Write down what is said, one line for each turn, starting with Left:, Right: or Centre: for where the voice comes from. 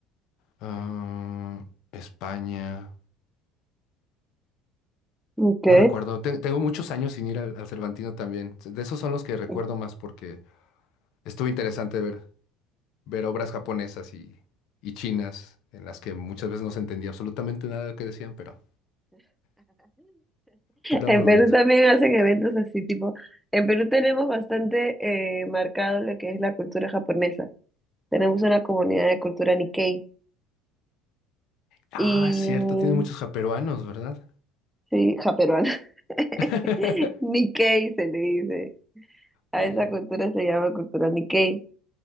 Left: ah, España.
Centre: Ok.
Left: No recuerdo, Ten- tengo muchos años sin ir al, al Cervantino también. De esos son los que recuerdo
Centre: <laughs>
Left: más porque estuvo interesante ver, ver obras japonesas y, y chinas en las que muchas veces no se entendía absolutamente nada de lo que decían, pero, pero era
Centre: En
Left: muy bonito.
Centre: Perú también hacen eventos así, tipo, en Perú tenemos bastante eh, marcado lo que es la cultura japonesa. Tenemos una comunidad de cultura Nikkei
Left: Ah,
Centre: y,
Left: es cierto, tiene muchos japeruanos, ¿verdad?
Centre: sí, japeruana. <laughs>
Left: <laughs>
Centre: Nikkei se le dice. A
Left: Sí.
Centre: esa cultura se llama cultura Nikkei.